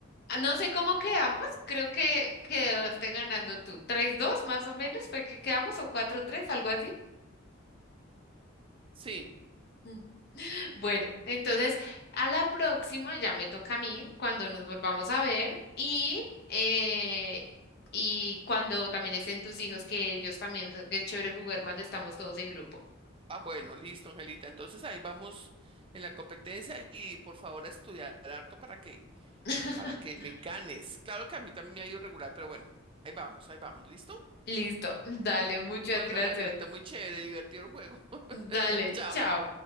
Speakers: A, on the left; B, on the right.
A: ah, no sé cómo quedamos, creo que quedaste ganando tú. Tres dos, más o menos fue que quedamos o cuatro tres, algo así.
B: Sí.
A: Mm. <laughs> Bueno, entonces a la próxima ya me toca a mí cuando nos volvamos a ver y, eh, y cuando también estén tus hijos, que ellos también son- que es chévere jugar cuando estamos todos en grupo.
B: Ah, bueno, listo, Angelita. Entonces ahí vamos en la competencia y por favor a estudiar harto para que,
A: <laughs>
B: para que me ganes. Claro que a mí también me ha ido regular, pero bueno, ahí vamos, ahí vamos, ¿listo?
A: Listo, dale, muchas
B: Bueno,
A: gracias.
B: mi Angelita, muy chévere, divertido el juego. <laughs>
A: Dale,
B: Chao.
A: chao.